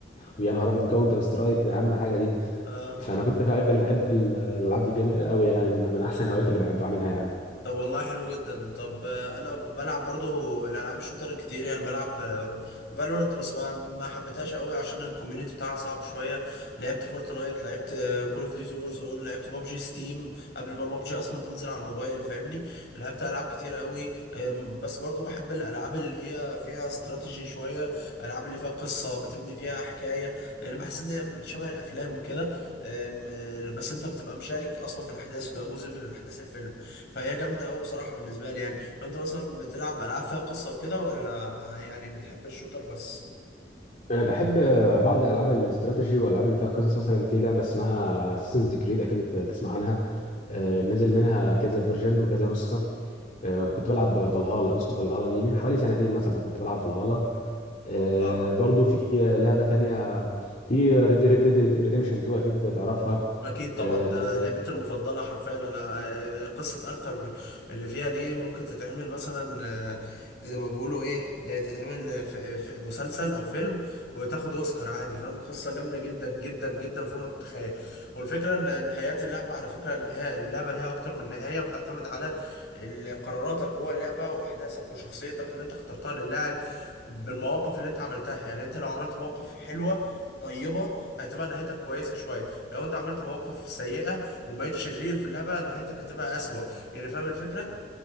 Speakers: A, on the left; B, on the left.
A: ويا نهار ابيض وكاونتر سترايك ده اهم حاجه دي
B: اه
A: فانا كنت بحب اللي بحب ال- الالعاب دي جامد قوي يعني من من احسن الهوايات اللي بحب اعملها يعني
B: طب والله حلو جدا طب آه، انا بلعب برضو الالعاب الشوتر كتير يعني بلعب فالورنت بس ما ما حبيتهاش قوي عشان الكوميونتي بتاعها صعب شويه لعبت فورتنايت لعبت كول اوف ديوتي وور زون لعبت بابجي ستيم قبل ما بابجي اصلا تنزل على الموبايل فاهمني لعبت العاب كتير قوي آم، بس برضو بحب الالعاب اللي هي فيها استراتيجي شويه الالعاب اللي فيها قصه بتبني فيها حكايه لان بحس ان هي شبه الافلام كده آم، آه، بس انت بتبقى مشارك اصلا في الاحداث بتبقى جزء من الاحداث الفيلم فهي جامده قوي بصراحه بالنسبه لي يعني فانت مثلا بتلعب العاب فيها قصه وكده ولا يعني بتحب الشوتر بس
A: أه، بحب أه، بعض الالعاب الاستراتيجي والالعاب اللي فيها قصص مثلا في لعبه اسمها اساسنز كريد اكيد ت- تسمع عنها أه، نزل منها كذا فيرجن وكذا نسخه آه، كنت بلعب فالهالا نسخة فالهالا مي من حوالي سنتين مثلا كنت بلعب فالهالا آه،
B: اه
A: برضو في آه، لعبة تانية في ريد ريد ديد ريديمشن 2 أكيد تعرفها
B: اكيد طبعا
A: آه،
B: ده لعبتي المفضله حرفيا انا آه، قصه ارثر اللي فيها دي ممكن تتعمل مثلا آه، زي ما بيقولوا ايه آه، تتعمل في في مسلسل او فيلم وتاخد اوسكار عادي فاهم قصه جامده جدا جدا جدا فوق ما تتخيل والفكره ان نهايات اللعبه على فكره النهاية اللعبه ليها اكتر من نهايه وبتعتمد على ال- قراراتك جوه اللعبه واحداثك وشخصيتك اللي انت اخترتها للاعب بالمواقف اللي انت عملتها يعني انت لو عملت مواقف حلوه طيبه هتبقى نهايتك كويسه شويه لو انت عملت مواقف سيئة وبقيت شرير في اللعبة نهايتك هتبقى أسوأ يعني فاهم الفكرة؟